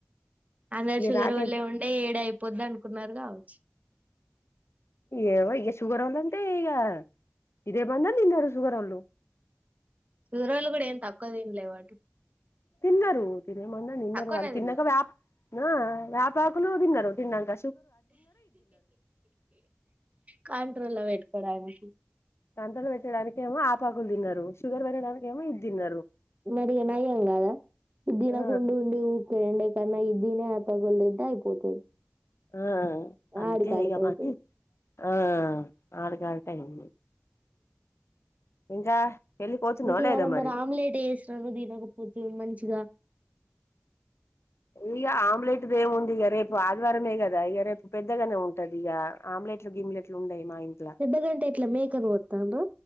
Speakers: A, on the right (about 35°); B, on the left (about 80°).
A: అందరు
B: ఇక
A: షుగరోల్లే
B: నాకే
A: ఉండే ఏడ అయిపోద్ది అనుకున్నరు కావచ్చు.
B: ఏమో ఇగ షుగర్ ఉందంటె ఇగ. ఈ బందం తింటార షుగరోల్లు.
A: ఊరోలు కూడా ఏం తక్కువ తింలే వటు.
B: తిన్నరు తినేమన్నా తిన్నారు
A: తక్కువనే
B: వాళ్ళు తిన్నాంక
A: తిన్నారా
B: వ్యాప్ వ్యాపకులు తిన్నరు తిన్నంక
A: కంట్రోలా పెట్టుకోవడాన్ని
B: సంతలో పెట్టడానికేమో ఆపాకులు తిన్నారు. షుగర్ పెట్టడానికేమో ఇది తిన్నరు.
A: మరిగనయ్యంగాదా ఇది తినకుండుండి
B: ఆ
A: ఊకె ఉండేకన్న ఇది తినా. పక్కక్కేళ్ళీ తింటేే అయిపోతది.
B: ఆ అందుకే
A: ఆడికాడికి
B: ఇక
A: అయితది
B: మా ఆ ఆడికాడికయ్యింది ఇంకా పెళ్ళిపోతున్నావ
A: ఇంకేయాలమరి
B: లేదా మరి
A: ఆమ్లెట్ వేసినను తినకపోతివి మంచిగా
B: ఇగ ఆమ్లెట్ దేముంది ఇగ రేపు ఆదివారమే కదా ఇగ రేపు పెద్దగనే ఉంటది ఇగ ఆమ్లె ట్లు గిమ్లెట్లు ఉండయి మా ఇంట్ల
A: పెద్దగంటే ఎట్లా మేకను కోత్తండ్ర